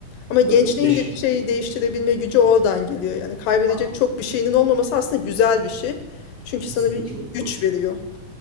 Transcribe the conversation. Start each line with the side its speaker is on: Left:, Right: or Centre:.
Left: Ama gençliğin
Right: Tabii. Eş.
Left: de bir şeyi değiştirebilme gücü oradan geliyor. Yani kaybedecek
Right: Aynen,
Left: çok bir şeyinin olmaması aslında güzel bir şey. Çünkü
Right: Kesinlikle.
Left: sana bir güç veriyor.